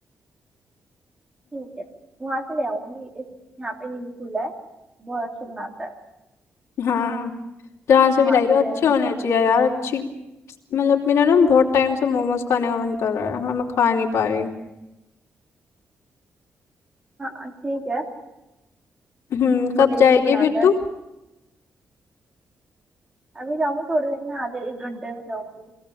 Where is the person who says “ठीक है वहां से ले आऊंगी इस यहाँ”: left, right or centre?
Right